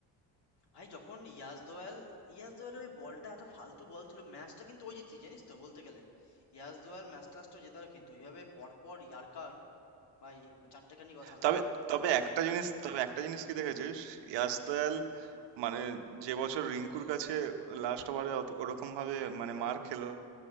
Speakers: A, on the left; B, on the right.
A: ভাই যখন ইয়াস দোয়াল ইয়াস দোয়ালের ওই বলটা এত ফালতু বল ছিল ম্যাচটা কিন্তু ওই জিতছি জানিস তো বলতে গেলে ইয়াস দোয়াল ম্যাচ টাচটাও জেতালো কিন্তু ওইভাবে পরপর ইয়ার্কার ভাই চারটেখানি কথা না
B: তবে তবে একটা জিনিস তবে একটা জিনিস কি দেখেছিস ইয়াসদয়াল মানে যে বছর রিঙ্কুর কাছে লাস্ট ওভারে ওরকম ভাবে মানে মার খেলো